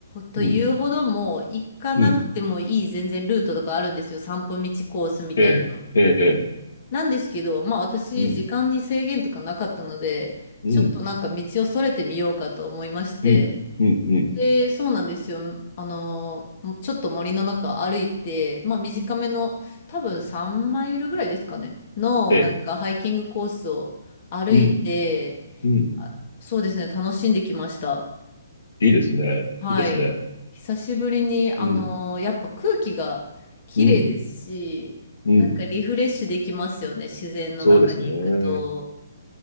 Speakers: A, on the left (about 40°); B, on the left (about 75°).
A: というほども行かなくてもいい全然ルートとかあるんですよ、
B: うん、うん。
A: 散歩道コースみたいな。
B: ええ、ええ、
A: なんですけど、まあ私、
B: ええ。うん、
A: 時間に制限とかなかったので、
B: うん、
A: ちょっとなんか道をそれてみようかと思いまして、
B: うん、うん、うん。
A: で、そうなんですよ。あのちょっと森の中歩いて、まあ短めの、多分3マイルぐらいですかね、の、
B: ええ、
A: なんかハイキングコースを歩いて、
B: うん、うん。
A: あそうですね、楽しんできました。
B: いいですね。
A: はい。
B: いいですね。
A: 久しぶりに、あのーやっぱ空気が綺麗ですし、
B: うん、うん、うん。
A: なんかリフレッシュできますよね、自然の中に行くと。
B: そうですね。